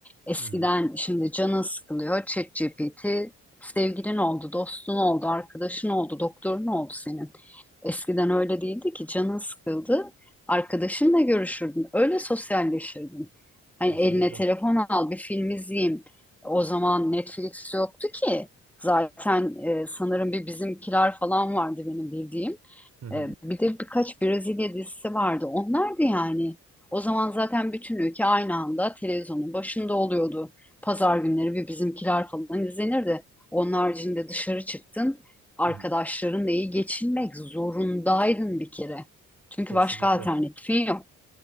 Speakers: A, in the centre; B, on the right.
A: Eskiden
B: Hı hı.
A: şimdi canın sıkılıyor, ChatGPT sevgilin oldu, dostun oldu, arkadaşın oldu, doktorun oldu senin. Eskiden öyle değildi ki canın sıkıldı, arkadaşınla görüşürdün, öyle sosyalleşirdin. Hani
B: Kesinlikle.
A: eline telefon al, bir film izleyeyim. O zaman Netflix yoktu ki. Zaten e, sanırım bir Bizimkiler falan vardı benim bildiğim.
B: Hı hı.
A: E, bir de birkaç Brezilya dizisi vardı. Onlardı yani. O zaman zaten bütün ülke aynı anda televizyonun başında oluyordu. Pazar günleri bir Bizimkiler falan izlenirdi. Onun haricinde dışarı çıktın, arkadaşlarınla
B: Hı hı.
A: iyi geçinmek zorundaydın bir kere. Çünkü
B: Kesinlikle.
A: başka alternatifin yok.